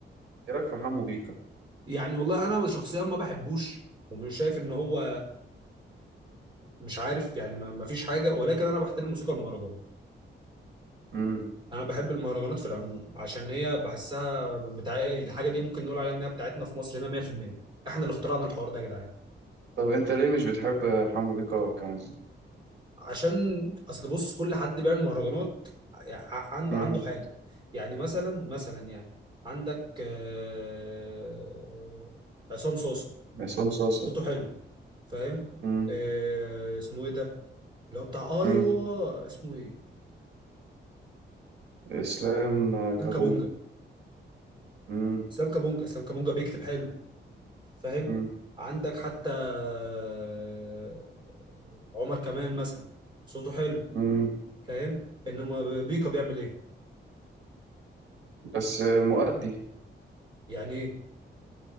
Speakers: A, on the right; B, on the right.
A: ايه رايك في حمو بيكا
B: يعني والله انا شخصيا ما بحبوش ومش شايف ان هو مش عارف يعني ما ما فيش حاجه ولكن انا بحترم موسيقى المهرجان
A: امم
B: انا بحب المهرجانات في العموم عشان هي بحسها بتاع الحاجه دي ممكن نقول عليها ان هي بتاعتنا في مصر هنا 100% احنا اللي اخترعنا الحوار ده يا جدعان
A: طب انت ليه مش بتحب حمو بيكا كمزيكا
B: عشان اصل بص كل حد بيعمل مهرجانات ع- عنده
A: امم
B: عنده حاجه يعني مثلا مثلا يعني عندك آه، عصام صوصه
A: عصام صاصا
B: صوته حلو فاهم
A: امم
B: آه، اسمه ايه ده اللي هو بتاع ايوه
A: امم
B: اسمه ايه
A: اسلام
B: اسلام
A: كابونجا
B: كابونجا
A: امم
B: اسلام كابونجا اسلام كابونجا بيكتب حلو فاهم
A: امم
B: عندك حتى آه، عمر كمال مثلا صوته حلو
A: امم
B: فاهم انما بيكا بيعمل ايه
A: بس مؤدي
B: يعني ايه